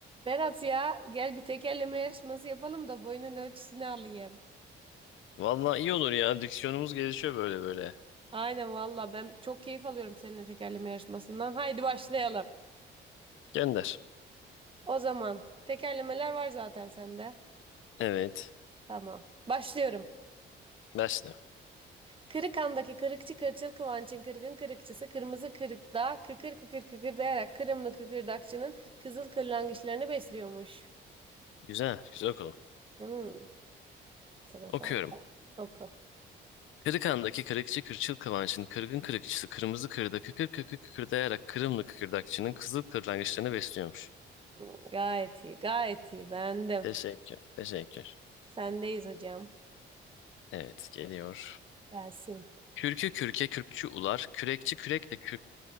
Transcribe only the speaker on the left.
Vallahi iyi olur ya. Diksiyonumuz gelişiyor böyle böyle.
Gönder.
Evet.
Ders ne?
Güzel. Güzel okudum.
Okuyorum.
Kırıkhan'daki kırıkçı kırçıl kıvanç'ın kırgın kırıkçısı kırmızı kırda kıkır kıkır kıkırdayarak Kırımlı kıkırdakçının kızıl kırlangıçlarını besliyormuş.
Teşekkür. Teşekkür.
Evet geliyor.
Kürkü kürke kürkçü ular. Kürekçi kürek de kürk.